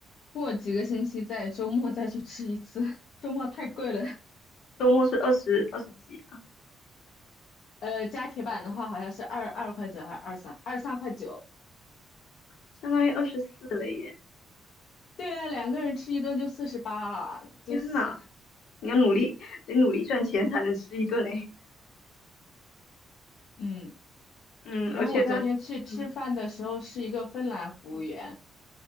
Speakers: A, on the left; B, on the left.
A: 过几个星期再周末再去吃一次，<laughs> 周末太贵了。
B: 周末是二十二十几啊，
A: 呃，加铁板的话好像是二二块九还是二三二三块九。
B: 相当于二十四了耶，
A: 对啊，两个人吃一顿就四十八啊，就是
B: 天呐，你要努力，得努力赚钱才能吃一顿诶，
A: 嗯。
B: <laughs> 嗯，
A: 然后我昨天去吃饭的时候是一个芬兰服务员，
B: 而且他，嗯嗯。